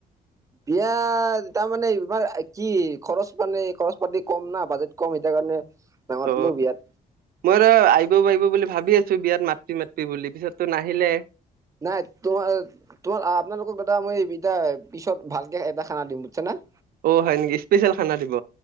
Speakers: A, on the right (about 20°); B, on the right (about 70°).
A: বিয়া তাৰমানে ইমাৰ কি খৰচ মানে খৰচ পাতি কম না বাজেট কম সেইতাৰ কাৰণে। নামাতিলো
B: অ
A: বিয়াত
B: মইত আহিব আহিব বুলি ভাবি আছো। বিয়াত মাতি মাতিম বুলি পিছততো নাহিলে।
A: নাই তোমাৰ তোমাৰ আপোনালোকক দাদা মই ইতা পিছত ভালকে এটা খানা দিম বুইজছ নে।
B: অ হয় নেকি স্পেচিয়েল খানা দিব